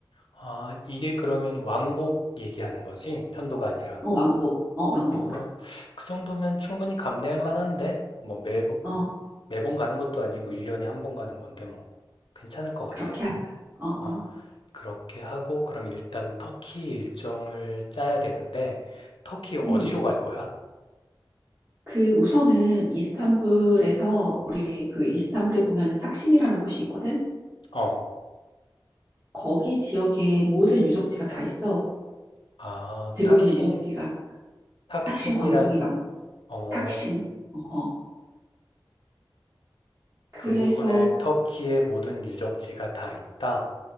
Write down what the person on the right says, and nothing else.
어, 왕복. 어, 왕복으로.
어,
그렇게 하자. 어,
어.
음.
그 우선은 이스탄불에서 우리 그 이스탄불에 보면은 탁심이라는 곳이 있거든.
거기 지역의 모든 유적지가 다 있어.
대부분의
유적지가
탁심 광장이랑
탁심. 어, 어. 그래서